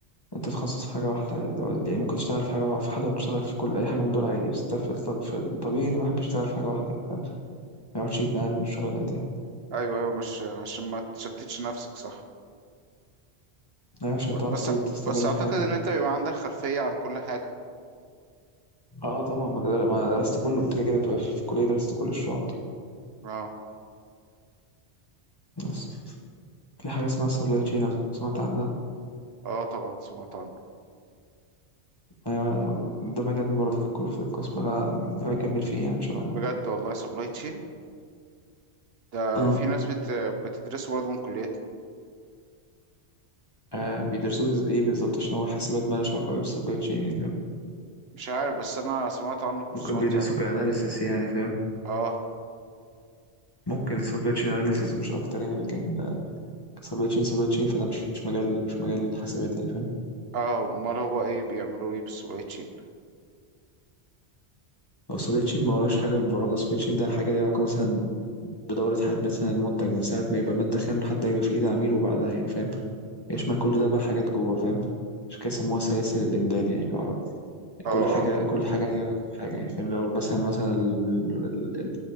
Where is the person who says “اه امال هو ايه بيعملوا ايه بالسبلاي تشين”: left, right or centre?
Right